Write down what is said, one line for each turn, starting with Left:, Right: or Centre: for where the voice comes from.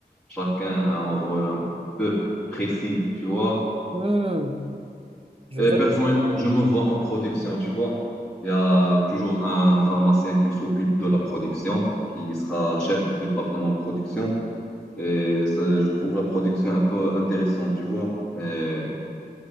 Centre: chacun a un rôle un peu précis, tu vois.
Right: Hmm, je
Centre: Et
Right: vois.
Centre: personnellement, je me vois en production, tu vois. Il y a toujours un pharmacien qui s'occupe de la production, qui sera chef du département production. Et ça, je trouve la production un peu intéressante, tu vois. Mais